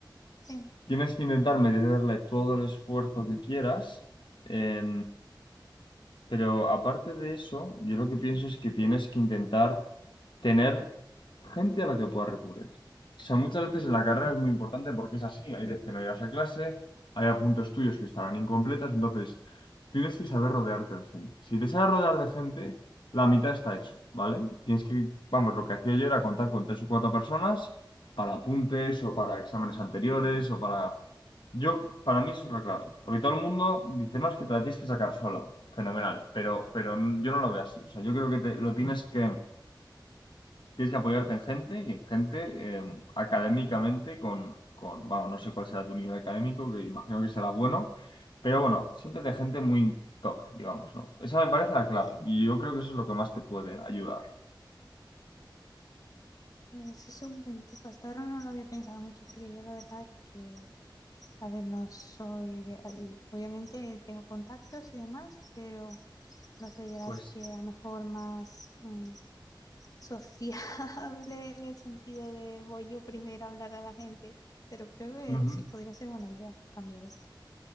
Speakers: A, on the left; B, on the left.
A: Sí,
B: Tienes que intentar meterle todo el esfuerzo que quieras, eh, pero aparte de eso, yo lo que pienso es que tienes que intentar tener gente a la que puedas recurrir. O sea, muchas veces en la carrera es muy importante porque es así, hay veces que no llegas a clase, hay apuntes tuyos que estarán incompletas, entonces tienes que saber rodearte de gente. Si te sabes rodear de gente, la mitad está hecho, ¿vale? Tienes que, vamos, lo que hacía yo era contar con tres o cuatro personas para apuntes o para exámenes anteriores o para... Yo, para mí eso es la clave, porque todo el mundo dice, no, es que te la tienes que sacar solo, fenomenal, pero, pero yo no lo veo así, o sea, yo creo que te- lo tienes que Tienes que apoyarte en gente y en gente eh, académicamente con, con, vamos, no sé cuál será tu nivel académico, que imagino que será bueno, pero bueno, siempre de gente muy top, digamos, ¿no? Esa me parece la clave
A: sí,
B: y yo creo que eso es lo que más te puede ayudar.
A: pues es un buen tip. Hasta ahora no lo había pensado mucho porque yo la verdad que, a ver, no soy de... Obviamente tengo contactos y demás, pero no soy de las
B: Pues,
A: que a lo mejor más mm, sociable <laughs> en el sentido de voy yo primero a hablar a la gente, pero creo que
B: ujú.
A: sí podría ser buena idea cambiar esto.